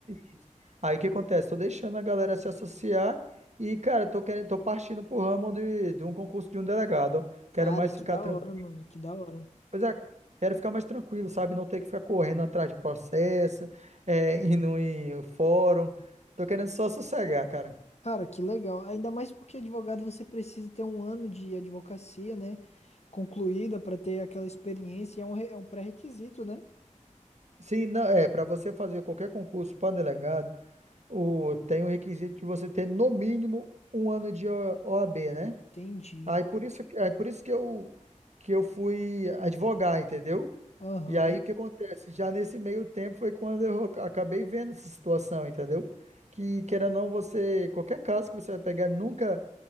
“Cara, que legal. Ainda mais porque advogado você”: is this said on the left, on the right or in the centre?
Left